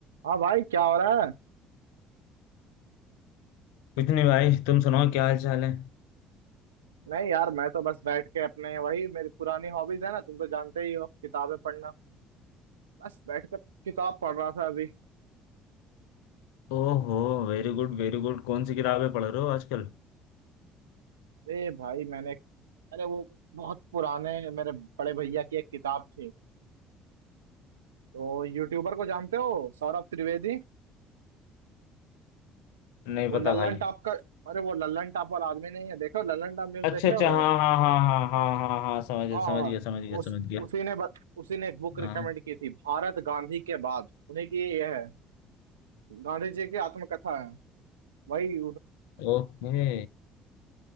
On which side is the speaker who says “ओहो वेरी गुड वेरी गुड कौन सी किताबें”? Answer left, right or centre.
Left